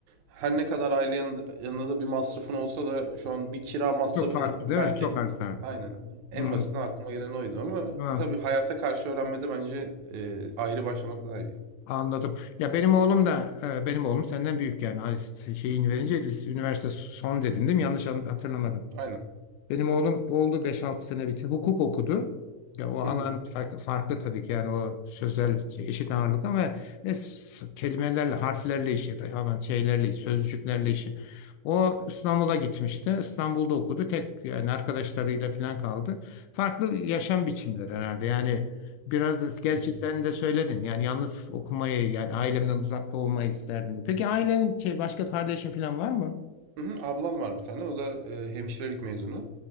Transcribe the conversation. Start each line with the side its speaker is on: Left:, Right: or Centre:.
Right: her ne kadar aile yanında, yanında da bir masrafın olsa da şu an bir kira masrafını
Left: çok farklı değil
Right: belki
Left: mi? Çok az daha.
Right: aynen en
Left: Hmm,
Right: basitinden aklıma gelen oydu ama
Left: tamam.
Right: tabii hayata karşı öğrenmede bence e, ayrı başlamak daha iyi.
Left: Anladım. Ya benim oğlum da e, benim oğlum senden büyük yani Ay, şeyini verince lise, üniversite son dedin değil mi? Yanlış an- hatırlamadım.
Right: Aynen.
Left: Benim oğlum oldu beş altı sene bitti. Hukuk okudu. Ya o alan
Right: Hı hı.
Left: farklı, farklı tabii ki yani o sözel şey, eşit ağırlık ama ve s- kelimelerle, harflerle işi, hemen şeylerle, sözcüklerle işi. O İstanbul'a gitmişti. İstanbul'da okudu. Tek yani arkadaşlarıyla falan kaldı. Farklı yaşam biçimleri herhalde. Yani biraz da gerçi
Right: Hı hı.
Left: sen de söyledin. Yani yalnız okumayı yani ailemden uzakta olmayı isterdim. Peki ailenin şey başka kardeşin falan var mı?
Right: Hı hı. Ablam var bir tane. O da e, hemşirelik mezunu.